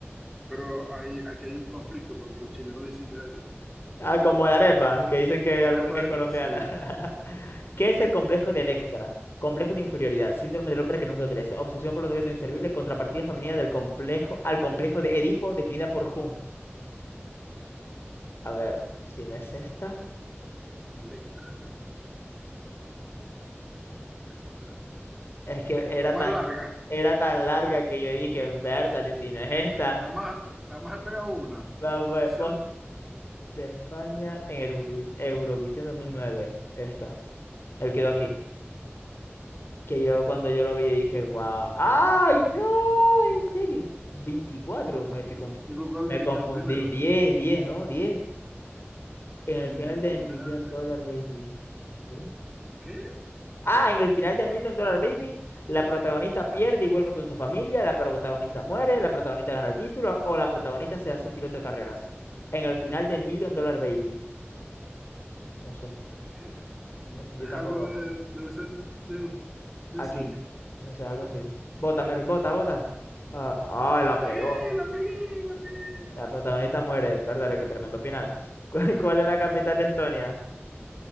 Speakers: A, in the centre; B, on the left.
A: Pero ahí, aquí hay un conflicto porque los chilenos dicen que es de aquí.
B: Ah, como la arepa, que dicen que hay alguno
A: Arepa,
B: que es colombiana.
A: sí,
B: <laughs> ¿Qué es el complejo de Electra? Complejo de inferioridad, síndrome del hombre que nunca crece, obsesión por los objetos inservibles, contrapartida femenina del complejo al complejo de Edipo definida por Jung. A ver, si no es esta,
A: Electra. Esta.
B: es que era
A: La más
B: tan
A: larga,
B: era tan larga que yo dije, Bertale, si no es esta.
A: la más, la más he pegado una.
B: La
A: Posición,
B: pues, post de España en Eurovi- Eurovisión 2009, esta. Él quedó aquí. Que yo cuando yo lo vi dije, guau, ¡ay, no! ¿En serio? veinticuatro me, estoy confu-
A: y vos cuál
B: me
A: dijiste
B: confundí.
A: primero.
B: diez diez ¿no? diez En
A: En
B: el final
A: el
B: de
A: final,
B: Million
A: de-
B: Dollar Baby. ¿Qué?
A: ¿qué?
B: Ah, en el final de Million Dollar Baby, la protagonista pierde y vuelve con su familia, la protagonista muere, la protagonista gana el título o la protagonista se hace piloto de carreras. En el final de Million Dollar Baby, no sé,
A: No sé qué es eso.
B: no- yo
A: Es
B: tampoco.
A: algo de, debe ser de, de
B: Aquí,
A: cine.
B: no sé, algo así. Bota, Mervin, bota, bota. Ah, ah, la
A: Pegué,
B: pegó.
A: la pegué, la pegué.
B: La protagonista muere, ¿verdad? Qué tremendo final. <laughs> ¿Cuál, cuál es la capital de Estonia?